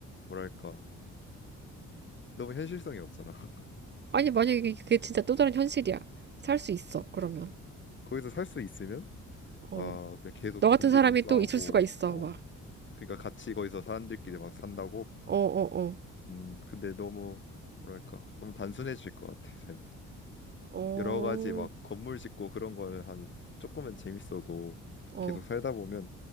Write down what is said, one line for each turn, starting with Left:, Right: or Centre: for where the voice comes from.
Left: 뭐랄까 너무 현실성이 없잖아. <laughs>
Right: 아니, 만약에 그게 진짜 또 다른 현실이야. 살 수 있어, 그러면.
Left: 거기서 살 수 있으면
Right: 어.
Left: 아, 그냥 계속
Right: 너 같은
Left: 좀비랑
Right: 사람이
Left: 싸우고
Right: 또 있을 수가 있어,
Left: 어.
Right: 막.
Left: 그러니까 같이 거기서 사람들끼리 막 산다고.
Right: 어, 어, 어.
Left: 음, 근데 너무 뭐랄까 너무 단순해질 것 같아, 삶이.
Right: 어,
Left: 여러 가지 막 건물 짓고 그런 거는 한 조금은 재밌어도
Right: 어,
Left: 계속 살다 보면